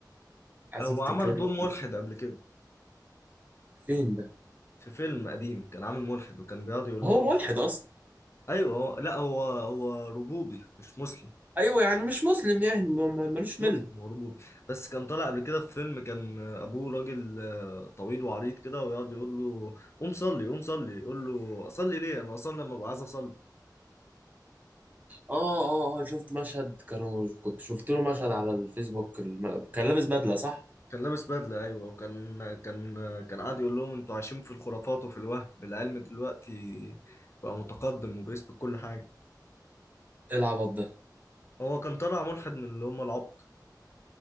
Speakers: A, on the right (about 20°); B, on the left (about 35°).
A: عايز
B: هو
A: افتكر
B: عمل دور ملحد
A: له.
B: قبل كده
A: فين ده
B: في فيلم قديم كان عامل ملحد وكان بيقعد يقول
A: هو
B: لهم
A: ملحد اصلا
B: ايوه هو لا هو هو ربوبي مش مسلم
A: ايوه يعني مش مسلم يعني ما- ما- ملوش
B: مش مسلم
A: مل
B: هو ربوبي بس كان طالع قبل كده في فيلم كان ابوه راجل آه، طويل وعريض كده ويقعد يقول له قوم صلي قوم صلي يقول له اصلي ليه انا اصلي لما ابقى عايز اصلي
A: اه اه اه شفت مشهد كانوا كنت شفت له مشهد على الفيسبوك الم... كان لابس بدله صح
B: كان لابس بدلة أيوة وكان كان كان قاعد يقول لهم أنتوا عايشين في الخرافات وفي الوهم العلم دلوقتي بقى متقدم وبيثبت كل حاجة
A: إيه العبط ده
B: هو كان طالع ملحد من اللي هم العبط